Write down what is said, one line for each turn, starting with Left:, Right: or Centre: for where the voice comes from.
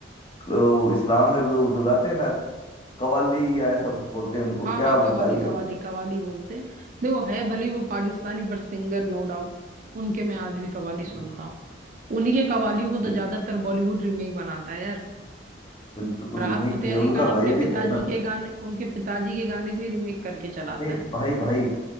Left: अ, इस्लाम में वो जो गाते हैं ना कवाली या ऐसा कुछ बोलते हैं उनको
Right: हाँ
Left: क्या
Right: हाँ
Left: वो
Right: कवाली
Left: गाई
Right: कवाली
Left: है उनको
Right: कवाली बोलते हैं देखो है भले ही वो पाकिस्तानी पर सिंगर नो डाउट उनके मैं आज भी कवाली सुनता
Left: बिल्कुल
Right: हूँ उन्हीं के कवालियों को तो
Left: बिल्कुल
Right: ज्यादातर बॉलीवुड रीमेक बनाता है यार
Left: बिल्कुल
Right: राहत
Left: उन्हीं
Right: फतेह
Left: के
Right: अली
Left: उनका
Right: खान अपने
Left: भाई
Right: पिताजी
Left: भी तो है ना
Right: के गाने उनके पिताजी के गाने को ही रीमेक करके चलाता
Left: नहीं
Right: है
Left: भाई भाई